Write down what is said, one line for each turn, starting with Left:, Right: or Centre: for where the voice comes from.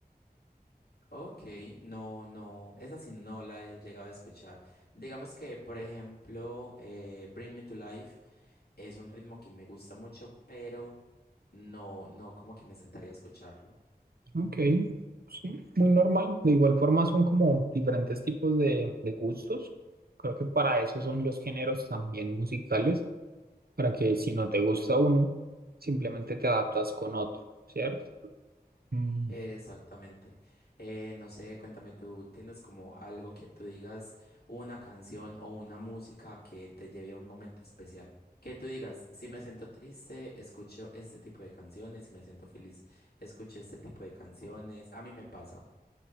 Left: ok, no, no, esa sí no la he llegado a escuchar. Digamos que, por ejemplo, eh, Bring Me to Life es un ritmo que me gusta mucho, pero No, no, como que me sentaría a escucharlo.
Right: Ok, sí, muy normal. De igual forma son como diferentes tipos de, de gustos. Creo que para eso son los géneros también musicales, para que si no te gusta uno, simplemente te adaptas con otro, ¿cierto? Mm,
Left: Exactamente. Eh, no sé, cuéntame, ¿tú tienes como algo que tú digas, una canción o una música que te lleve a un momento especial? Que tú digas, si me siento triste, escucho este tipo de canciones, si me siento feliz, escucho este tipo de canciones. A mí me pasa.